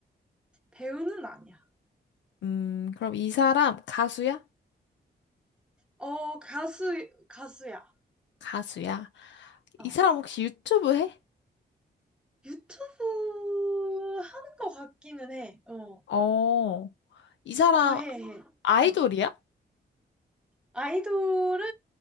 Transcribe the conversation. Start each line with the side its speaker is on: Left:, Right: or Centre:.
Centre: 배우는 아니야.
Left: 음, 그럼 이 사람 가수야?
Centre: 어, 가수, 가수야.
Left: 가수야.
Centre: 어.
Left: 이 사람 혹시 유튜브 해?
Centre: 유튜브 하는 것 같기는 해. 어,
Left: 어, 이 사람
Centre: 어, 해, 해.
Left: 아이돌이야?
Centre: 응. 아이돌은